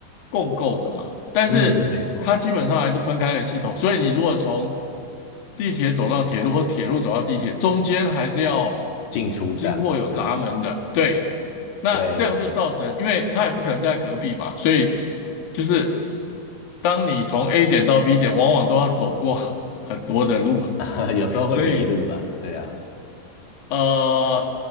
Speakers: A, on the left; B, on the left.
A: 共构的嘛，但是它基本上还是分开的系统，
B: 嗯，没错，
A: 所以你如果从地铁走到铁路或铁路走到地铁，中间还是要
B: 进出站嘛，
A: 经过有闸门的，
B: 对不对？
A: 对，那这样就造成，
B: 对对对，
A: 因为它也不可能在隔壁嘛，所以就是当你从 A 点到 B 点，往往都要走过很多的路，
B: <laughs> 有时候会迷路啦，
A: 所以
B: 对啊。
A: 呃，